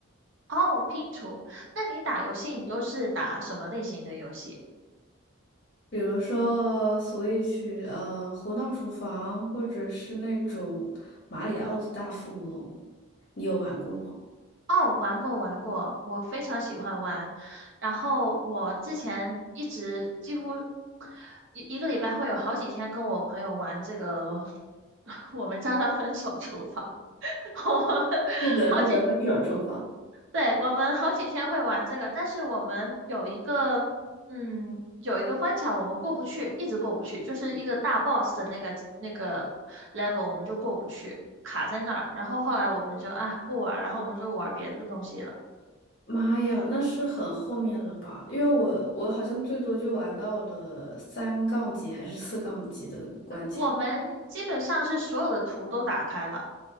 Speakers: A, on the right; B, on the left.
A: 哦，拼图。那你打游戏，你都是打什么类型的游戏？
B: 比如说 Switch，呃，《胡闹厨房》，或者是那种《马里奥的大富翁》，你有玩过吗？
A: 哦，玩过玩过，我非常喜欢玩。然后我之前一直几乎一一个礼拜会有好几天跟我朋友玩这个，<laughs> 我们叫它分手厨房。<laughs> 我们
B: 是的，
A: 好几
B: 是的，分手厨房。
A: 对，我们好几天会玩这个，但是我们有一个，嗯，有一个关卡我们过不去，一直过不去，就是一个大 boss 的那个那个 level 我们就过不去，卡在那儿。然后后来我们就啊不玩儿，然后我们就玩别的东西了。
B: 妈呀，那是很后面了吧？因为我我好像最多就玩到了三杠几还是四杠几的关卡。
A: 我们基本上是所有的图都打开了，